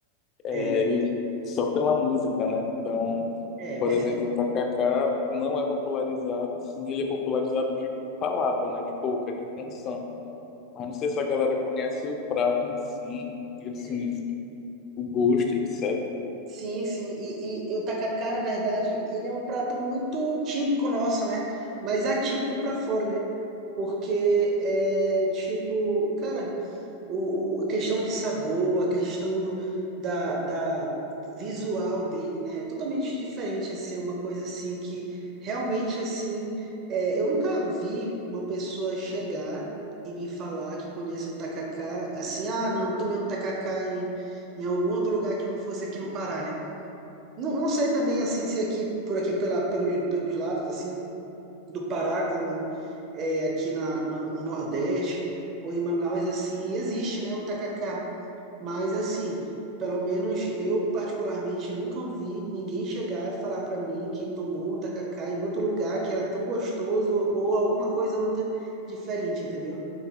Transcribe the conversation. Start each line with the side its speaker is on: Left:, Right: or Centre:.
Left: é,
Right: é,
Left: e só pela música, né? Então,
Right: é
Left: por
Right: verdade.
Left: exemplo, o tacacá não é popularizado, sim, ele é popularizado de palavra, né, de boca, de canção. Mas não sei se a galera conhece o prato em si, e assim,
Right: É.
Left: o gosto, etc.
Right: Sim, sim. E, e, e o tacacá, na verdade, ele é um prato muito típico nosso, né? Mas atípico pra fora, né? Porque é tipo, cara. O, o- a questão de sabor, a questão do, da, da visual dele, né? É totalmente diferente, assim, é uma coisa assim que realmente assim, é, eu nunca vi uma pessoa chegar e me falar que conhece o tacacá, assim, ah, não, eu tomei um tacacá em, em algum outro lugar que não fosse aqui no Pará, né? Não, não sei também assim se é aqui por aqui pela, pelos, pelos lados assim do Pará, como é, aqui na, na- no Nordeste ou em Manaus, assim, existe, né, o tacacá. Mas, assim, pelo menos eu, particularmente, nunca ouvi ninguém chegar e falar para mim que tomou um tacacá em outro lugar que era tão gostoso ou alguma coisa outra diferente, entendeu?